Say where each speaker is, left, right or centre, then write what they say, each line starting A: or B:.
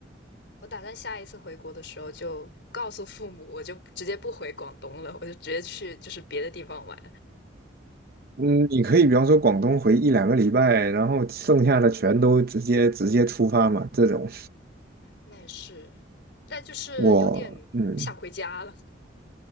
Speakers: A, on the left; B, on the right.
A: 我打算下一次回国的时候就告诉父母，我就直接不回广东了，我就直接去就是别的地方玩。
B: 嗯，你可以比方说广东回一两个礼拜，然后剩下的全都直接直接出发嘛，这种
A: 那也是，但就是有点想回家了。
B: 我嗯，